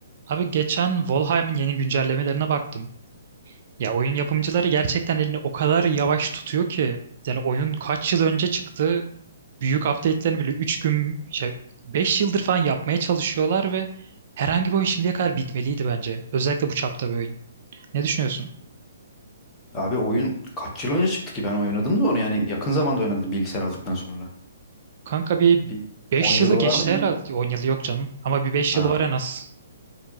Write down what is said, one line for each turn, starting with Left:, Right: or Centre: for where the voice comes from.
Right: Abi geçen Valheim'in yeni güncellemelerine baktım. Ya oyun yapımcıları gerçekten elini o kadar yavaş tutuyor ki yani oyun kaç yıl önce çıktı. Büyük update'lerini bile 3 gün şey 5 yıldır falan yapmaya çalışıyorlar ve herhangi bir oyun şimdiye kadar bitmeliydi bence. Özellikle bu çapta bir oyun. Ne düşünüyorsun?
Left: Abi oyun kaç yıl önce çıktı ki ben oynadım da onu yani yakın zamanda oynadım bilgisayar aldıktan sonra.
Right: Kanka bir
Left: Bir
Right: beş
Left: 10 yılı
Right: yılı geçti
Left: var mı? ya?
Right: herhalde. on yılı yok canım ama bir beş
Left: Ha.
Right: yılı var en az.